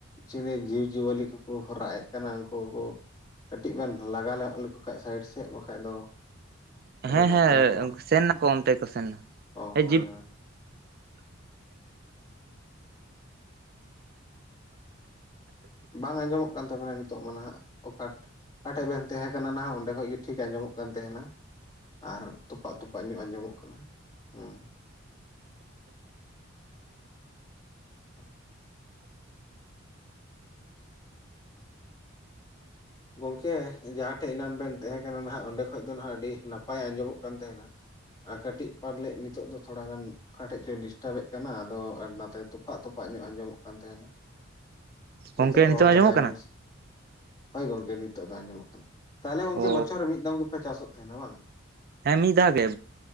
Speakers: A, on the left; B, on the right.
A: ᱪᱤᱞᱮ ᱡᱤᱵᱽᱼᱡᱤᱭᱟᱹᱞᱤ ᱠᱚᱠᱚ ᱦᱚᱨᱟᱜ ᱮᱫ ᱠᱟᱱᱟ ᱩᱱᱠᱩ ᱠᱚ ᱠᱟᱹᱴᱤᱡ ᱵᱮᱱ ᱞᱟᱜᱟ ᱧᱚᱜ ᱞᱮᱠᱚ ᱠᱷᱟᱱᱡ ᱥᱟᱭᱤᱰ ᱥᱮᱫ ᱵᱟᱠᱷᱟᱡ ᱫᱚ ᱟᱹᱰᱤ
B: ᱦᱮᱸ
A: ᱱᱟᱯᱟᱭ
B: ᱦᱮᱸ
A: ᱠᱚᱜᱼᱟ
B: ᱥᱮᱱ ᱱᱟᱠᱚ ᱚᱱᱛᱮ ᱠᱚ ᱥᱮᱱ ᱱᱟ
A: ᱚ ᱦᱳᱭ
B: ᱡᱤᱵ
A: ᱦᱳᱭ ᱵᱟᱝ ᱟᱸᱡᱚᱢᱚᱜ ᱠᱟᱱ ᱛᱟᱵᱚᱱᱟ ᱱᱤᱛᱚᱜ ᱢᱟ ᱱᱟᱦᱟᱜ ᱚᱠᱟᱴ ᱠᱟᱴᱷᱮᱡ ᱵᱮᱱ ᱛᱟᱦᱮᱸ ᱠᱟᱱᱟ ᱱᱟᱦᱟᱜ ᱚᱸᱰᱮ ᱠᱷᱚᱡ ᱜᱮ ᱴᱷᱤᱠ ᱟᱸᱡᱚᱢᱚᱜ ᱠᱟᱱ ᱛᱟᱦᱮᱱᱟ ᱟᱨ ᱛᱚᱯᱟᱜ ᱛᱚᱯᱟᱜ ᱧᱚᱜ ᱟᱸᱡᱚᱢᱚᱜ ᱠᱟᱱᱟ ᱦᱮᱸ ᱦ <inaudible> ᱜᱚᱝᱠᱮ ᱡᱟᱦᱟᱸ ᱴᱷᱮᱡ ᱮᱱᱟᱱ ᱵᱮᱱ ᱛᱟᱦᱮᱸ ᱠᱟᱱᱟ ᱱᱟᱦᱟᱜ ᱚᱸᱰᱮ ᱠᱷᱚᱡ ᱫᱚ ᱱᱟᱦ ᱟᱹᱰᱤ ᱱᱟᱯᱟᱭ ᱟᱸᱡᱚᱢᱚᱜ ᱠᱟᱱ ᱛᱟᱦᱮᱱᱟ ᱟᱨ ᱠᱟᱹᱴᱤᱡ ᱯᱟᱨᱞᱮᱫ ᱱᱤᱛᱚᱜ ᱫᱚ ᱛᱷᱚᱲᱟ ᱜᱟᱱ ᱚᱠᱟᱴᱷᱮ ᱪᱚᱭ ᱰᱤᱥᱴᱟᱵ ᱮᱫ ᱠᱟᱱᱟ ᱟᱫᱚ ᱚᱱᱟᱛᱮ ᱛᱚᱯᱟᱜ ᱛᱚᱯᱟᱜ ᱧᱚᱜ ᱟᱸᱡᱚᱢᱚᱜ ᱠᱟᱱ ᱛᱟᱦᱮᱱᱟ ᱱᱤᱛᱚᱜ
B: ᱜᱚᱝᱠᱮ ᱱᱤᱛᱳᱜ
A: ᱨᱚᱲ
B: ᱟᱸᱡᱚᱢᱚᱜ
A: ᱞᱮᱜᱟᱭ
B: ᱠᱟᱱᱟ
A: ᱵᱮᱱ ᱦᱳᱭ ᱜᱚᱝᱠᱮ ᱱᱤᱛᱚᱜ ᱫᱚ ᱟᱸᱡᱚᱢᱚᱜ ᱠᱟᱱᱟ ᱛᱟᱦᱚᱞᱮ ᱜᱚᱝᱠᱮ
B: ᱚ
A: ᱵᱚᱪᱷᱚᱨ ᱨᱮ ᱢᱤᱫ ᱫᱚᱢ ᱜᱮᱯᱮ ᱪᱟᱥᱚᱜ ᱛᱟᱦᱮᱱᱟ ᱵᱟᱝ
B: ᱦᱮᱸ ᱢᱤᱫ ᱫᱷᱟᱣ ᱜᱮ